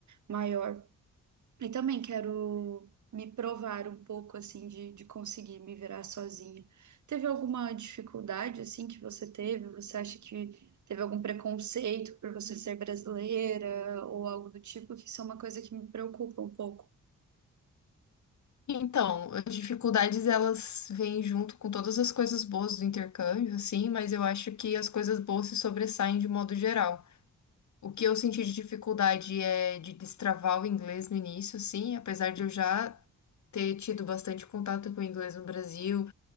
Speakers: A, on the right; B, on the left.
A: maior. E também quero me provar um pouco, assim, de, de conseguir me virar sozinha. Teve alguma dificuldade, assim, que você teve? Você acha que teve algum preconceito por você ser brasileira ou algo do tipo? Que isso é uma coisa que me preocupa um pouco.
B: Então, as dificuldades elas vêm junto com todas as coisas boas do intercâmbio, assim, mas eu acho que as coisas boas se sobressaem de modo geral. O que eu senti de dificuldade é de destravar o inglês no início, assim, apesar de eu já ter tido bastante contato com o inglês no Brasil,